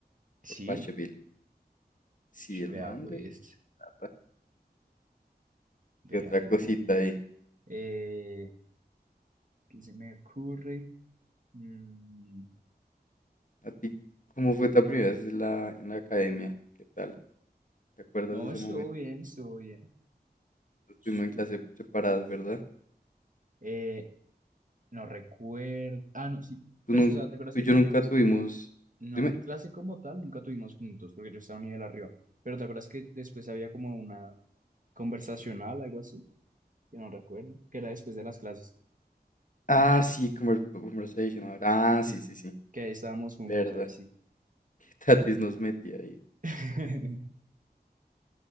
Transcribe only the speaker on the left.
por Pacheville. Sí,
el
man
de plata.
¿Qué otra cosita
ahí?
¿A ti cómo fue tu primera vez en la, en la academia? ¿Qué tal? ¿Te acuerdas
de ese
momento?
Pues, Estuvimos
en clase separadas, ¿verdad?
Tú,
nun-
tú
y yo
nunca tuvimos...
Dime.
Ah, sí, conver- conversation. ahora. Ah, sí,
sí, sí.
¿Verdad?
<laughs> Que Tatis nos metía ahí.